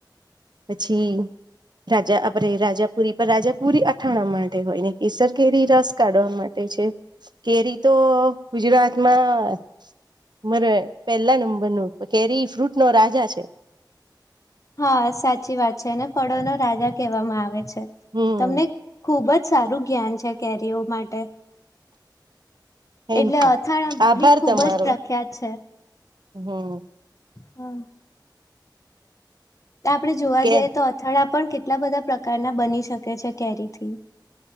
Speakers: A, on the right (about 65°); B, on the left (about 45°).
A: પછી રાજા આપરે રાજાપુરી પર રાજાપુરી અથાણા માટે હોય ને કેસર કેરી રસ કાઢવા માટે છે. કેરી તો ગુજરાતમાં મરે પહેલા નંબર નું કેરી ફ્રૂટ નો રાજા છે.
B: હા સાચી વાત છે એને ફળો નો રાજા કહેવામાં આવે છે.
A: હમ
B: તમને ખૂબ જ સારું જ્ઞાન છે કેરીઓ માટે.
A: થેન્ક
B: એટલે
A: યુ
B: અથાણા
A: આભાર
B: બી ખુબ
A: તમારો
B: જ પ્રખ્યાત છે.
A: હમ
B: હા. આપડે જોવા
A: કે
B: જઈએ તો અથાડા પણ કે ટલા બધા પ્રકારના બની શકે છે કેરીથી.